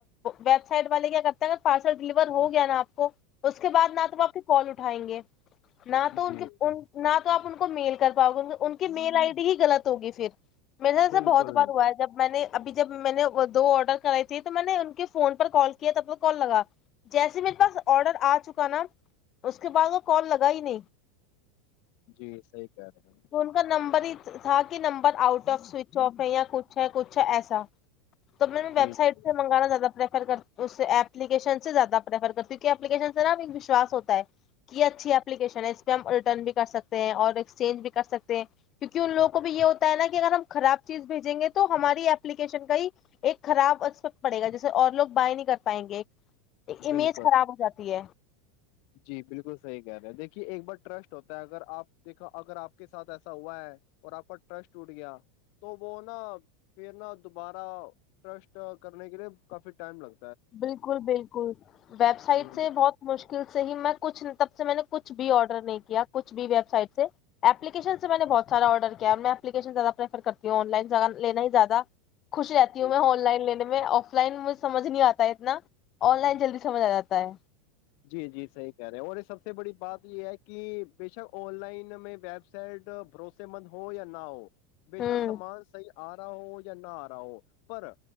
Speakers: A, on the left; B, on the left.
A: ویب سائٹ والے کیا کرتے ہے اگر پارسل ڈلیور ہو گیا نا آپ کو اس کے بد نہ تو وہ آپ کی کال اٹھ اٹھائیں گے نہ تو
B: جی
A: ان کے ان نہ تو تو آپ ان کو میل کر پاؤ گے ان کی میل آئی ڈی ہی غط ہوگی پھر میرا ایسا
B: بالکل
A: بہت بار ہوا ہے میں نے ابھی جب میں نے وہ دو آڈر کرائی تے تو میں نے ان کے فون پر کال کیا تب تو کال لگا جیسے میرے پاس آڈر آ چکا نا اس کے بعد وہ کال لگا ہی نہیں
B: جی صحی کہہ رہے ہیں
A: تو ان کا نمبر ہی تھا کہ number out of switch off ہے یا کچھ چھ کچھ ایسا تو میں
B: جی
A: ویب
B: جی
A: سائٹ سے منگانا زیادہ پریفر کرتا اس اپلیکشن سے زیادہ پریفر کرتے کہ اپیکیشن سے نا ایک وشوس ہوتا ہے کہ یہ اچھی اپلیکیشن ہے اس پہ ہم ریٹرن بھی کر سکتے ہیں اور ایکسچینج بھی کر سکتے ہیں کیونکہ ان لوگ کو بھی یہ ہوتا ہے نا کہ اگر ہم خراب چیز بھیجیں گے تو تو ہماری ایلیکیشن کا ہی ایک خراب اپیکٹ پڑے گا جیسے اور لوگ بائی نہیں کر پائیں گے ایک
B: بالکل
A: امیج خراب ہو جاتی ہے
B: جی بالکل صحیح کہہ رہے ہیں دیکھیے ایک بار ٹرسٹ ہوتا ہے اگر آپ دیکھو اگر آپ کے ساتھ ایسا ہوا ہے اور آپ کا ٹرسٹ ٹوٹ گیا تو وہ نا پھر نا دوبارہ ٹرسٹ کرنے کے لیے کافی ٹائم لگ
A: بالکل بالکل ویب سائٹ
B: ہوں
A: سے بہت مشکل صحی میں کچھ تب سے میں نے کچھ بھی آرڈر نہیں کیا کچ بھی ویب سائٹ سے اپپلیکشن سے میں نے بہت سارا آرڈر کیا ہے میں اپلیکشن زیادہ پریفر کرتی ہوں آن لائن لینا ہی زیادہ خوش رہتی
B: ہ
A: ہوں میں آن لائن لینے میں لائن مج سمج نہیں آتی اتنا آن لائن جلدی سمجھ آ جاتا ہے
B: جی جی صحیح کہہ رہے اور یہ سب سے بڑی بات یہ ہے کہ بےشک آن لائن میں ویب سائٹ بھروسے مند ہو یا نہ ہو بشات
A: ہوں
B: سامان صحیح آ رہا ہو یا نہ آ رہا ہو پر